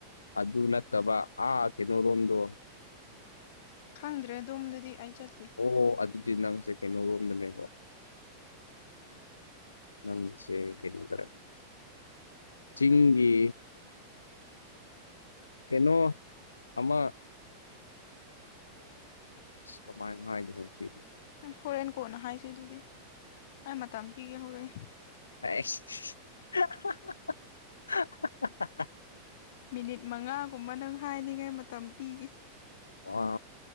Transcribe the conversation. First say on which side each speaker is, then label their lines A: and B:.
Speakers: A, on the left; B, on the left.
A: ꯑꯗꯨ ꯅꯠꯇꯕ ꯑꯥ ꯀꯩꯅꯣꯔꯣꯝꯗꯣ
B: ꯈꯪꯗ꯭ꯔꯦ ꯑꯗꯨꯝꯗꯨꯗꯤ ꯑꯩ ꯆꯠꯇꯦ
A: ꯑꯣ ꯍꯣ ꯑꯗꯨꯗꯤ ꯅꯪꯁꯦ ꯀꯩꯅꯣꯔꯣꯝꯗꯅꯦꯕ ꯅꯪꯁꯦ ꯀꯩꯅꯣ ꯗꯔꯤ ꯆꯤꯡꯒꯤ ꯀꯩꯅꯣ ꯑꯃ ꯀꯃꯥꯏꯅ ꯍꯥꯏꯒꯗꯧꯕꯅꯣ ꯁꯤ
B: ꯍꯣꯔꯦꯟ ꯀꯣꯟꯅ ꯍꯥꯏꯁꯦ ꯑꯗꯨꯗꯤ ꯑꯩ ꯃꯇꯝ ꯄꯤꯒꯦ ꯍꯣꯔꯦꯟ
A: ꯑꯁ <unintelligible>
B: ꯃꯤꯅꯤꯠ ꯃꯉꯥꯒꯨꯝꯕ ꯅꯪ ꯍꯥꯏꯅꯤꯡꯉꯥꯏ ꯃꯇꯝ ꯄꯤꯒꯦ
A: ꯋꯥ